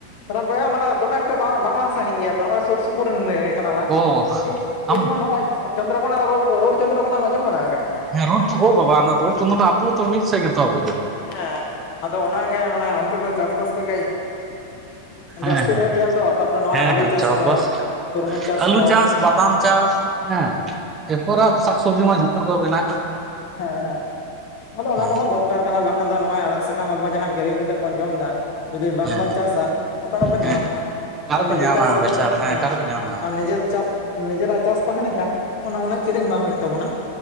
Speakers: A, on the left; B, on the right.
A: ᱛᱟᱦᱚᱞᱮ ᱵᱚᱭᱦᱟ ᱢᱟᱱᱮ ᱫᱚᱢᱮ ᱮᱠᱴᱟ ᱵᱟᱝ ᱵᱟᱝᱞᱟᱝ ᱥᱟᱺᱜᱤᱧ ᱜᱮᱭᱟ, ᱱᱚᱜᱼᱚᱭ ᱥᱩᱨ ᱥᱩᱯᱩᱨ ᱨᱮᱱᱼᱼ ᱠᱟᱱᱟᱞᱟᱝ,
B: ᱚ ᱟᱢ
A: ᱤᱧ ᱦᱚᱸ
B: ᱫᱚ
A: ᱱᱚᱜᱼᱚᱭ ᱪᱚᱱᱫᱨᱚ ᱠᱚᱱᱟ ᱨᱳᱲ ᱪᱚᱱᱫᱨᱚ ᱠᱷᱚᱱᱟᱢ ᱟᱸᱡᱚᱢ ᱵᱟᱲᱟ ᱟᱠᱟᱜ ᱜᱮᱭᱟ?
B: ᱦᱮᱸ ᱨᱳᱰ ᱳ ᱵᱟᱵᱟ ᱚᱱᱟ ᱨᱳᱰ ᱪᱚᱱᱫᱚ ᱫᱚ ᱟᱵᱚ ᱛᱚ ᱢᱤᱫ ᱥᱮᱫ ᱜᱮᱛᱚ ᱟᱵᱩ ᱫᱚ᱾
A: ᱦᱮᱸ ᱟᱫᱚ ᱚᱱᱟᱜᱮ ᱢᱟᱱᱮ ᱚᱱᱛᱮ ᱫᱚ ᱪᱟᱥᱵᱟᱥ ᱠᱚ ᱠᱟᱹᱡᱼᱼ
B: ᱦᱮᱸ
A: ᱡᱟᱹᱥᱛᱤ
B: ᱦᱮᱸ
A: ᱦᱩᱭᱩᱜ ᱜᱮᱭᱟ ᱛᱚ ᱛᱟᱯᱚᱨᱮ ᱱᱚᱜᱼᱚᱭ
B: ᱦᱮᱸ
A: ᱟᱹᱞᱩ
B: ᱦᱮᱸ
A: ᱪᱟᱥ
B: ᱪᱟᱥᱵᱟᱥ
A: ᱠᱚ ᱛᱚᱨᱢᱚᱡᱽ ᱪᱟᱥ
B: ᱟᱹᱞᱩ
A: ᱠᱚ,
B: ᱵᱟᱫᱟᱢ ᱪᱟᱥ ᱦᱮᱸ ᱮᱯᱚᱨᱮᱜ ᱥᱟᱠᱥᱚᱵᱽᱡᱤ ᱢᱟ ᱡᱷᱚᱛᱚ ᱜᱮ ᱵᱮᱱᱟᱜᱼᱟ᱾
A: ᱦᱮᱸ ᱦᱮᱸ ᱟᱫᱚ ᱚᱱᱟ
B: ᱦᱮᱸ
A: ᱠᱚᱦᱚᱸ ᱫᱚᱨᱠᱟᱨ ᱠᱟᱱᱟ, ᱵᱟᱝ ᱠᱷᱟᱱ ᱫᱚ ᱱᱚᱜᱼᱚᱭ ᱟᱲᱟᱜ ᱥᱟᱠᱟᱢ ᱟᱵᱚ ᱡᱟᱦᱟᱸ ᱠᱤᱨᱤᱧ ᱠᱟᱛᱮᱜ ᱵᱚᱱ ᱡᱚᱢ ᱫᱟ, ᱡᱩᱫᱤ ᱵᱟᱝᱵᱚᱱ
B: ᱦᱮᱸ
A: ᱪᱟᱥᱟ ᱚᱠᱟᱨᱮᱵᱚᱱ
B: ᱦᱮᱸ
A: ᱧᱟᱢᱟ᱾
B: ᱚᱠᱟ
A: ᱟᱨ
B: ᱨᱮᱠᱚ
A: ᱱᱤᱡᱮ
B: ᱧᱟᱢᱟ
A: ᱪᱟᱥ ᱠᱟᱛᱮᱜ
B: ᱵᱮᱪᱟᱨᱟ
A: ᱦᱮᱸ,
B: ᱚᱠᱟ ᱨᱮᱠᱚ ᱧᱟᱢᱟ
A: ᱟᱨ ᱱᱤᱡᱮᱨ ᱪᱟᱥ ᱱᱤᱡᱮᱨᱟᱜ ᱪᱟᱥ ᱛᱟᱦᱮᱸ ᱞᱮᱱᱠᱷᱟᱱ ᱚᱱᱮ ᱩᱱᱟᱹᱜ ᱠᱤᱨᱤᱧ ᱵᱟᱝ ᱦᱩᱭᱩᱜ ᱛᱟᱵᱚᱱᱟ᱾